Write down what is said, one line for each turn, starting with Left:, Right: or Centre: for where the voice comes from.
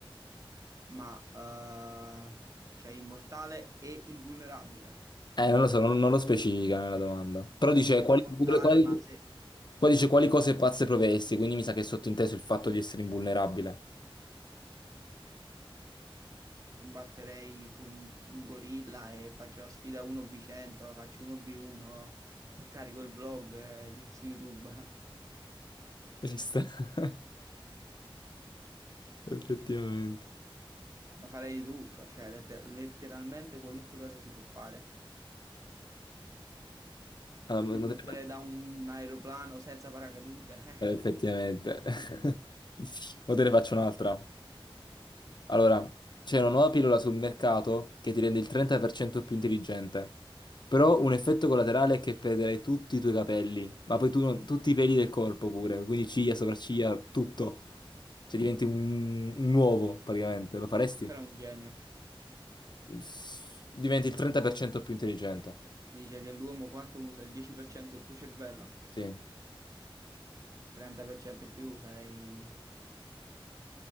Right: ma eh, cioè immortale e invulnerabile.
Left: Eh, non lo so, non, non lo specifica nella domanda. Però dice
Right: Sono
Left: quali,
Right: immortale,
Left: quali-
Right: ma se
Left: qua dice quali cose pazze proveresti, quindi mi sa che è sottinteso il fatto di essere invulnerabile.
Right: combatterei con un gorilla e faccio la sfida 1v100, faccio 1v1 e carico il vlog eh, di- su YouTube.
Left: Ci sta. <laughs> Effettivamente.
Right: Ma farei di tutto, cioè lette- letteralmente qualunque cosa si può fare.
Left: Ah, ma-
Right: Mi
Left: ma
Right: butterei
Left: te ne faccio-
Right: da un aeroplano senza paracadute. eh.
Left: eh, effettivamente. <laughs> O te ne faccio un'altra. Allora, c'è una nuova pillola sul mercato che ti rende il 30% più intelligente. Però un effetto collaterale è che perderai tutti i tuoi capelli, ma poi tu non- tutti i peli del corpo pure, quindi ciglia, sopracciglia, tutto. Cioè diventi un, un uovo praticamente, lo faresti?
Right: Però è un genio.
Left: S- Diventi il 30% più intelligente.
Right: Si dice che l'uomo quanto usa? Il 10% del suo cervello?
Left: Sì.
Right: Il 30% in più sarei